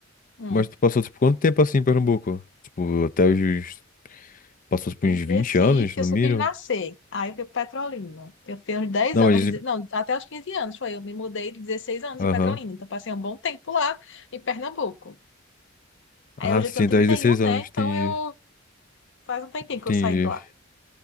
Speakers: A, on the left; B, on the left.
A: Hum.
B: Mas tu passou, tipo, quanto tempo assim em Pernambuco? Tipo, até os. Passou, tipo,
A: Em
B: uns
A: Recife,
B: 20 anos, no
A: você
B: mínimo?
A: fiz nascer. Aí eu fui para Petrolina. Eu fiquei uns 10
B: Não,
A: anos,
B: mas
A: deze- não, até os 15 anos foi. Eu me mudei de dezesseis anos
B: Aham.
A: em Petrolina. Então passei um bom tempo lá em Pernambuco. Aí
B: Ah,
A: hoje
B: sim,
A: eu tenho 31,
B: 10, 16 anos,
A: né? Então
B: entendi.
A: eu faz um tempinho
B: Entendi.
A: que eu saí de lá.